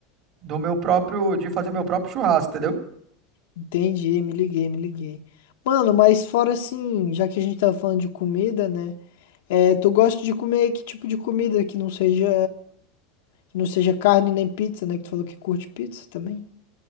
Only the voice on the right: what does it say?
do meu próprio. De fazer meu próprio churrasco, entendeu?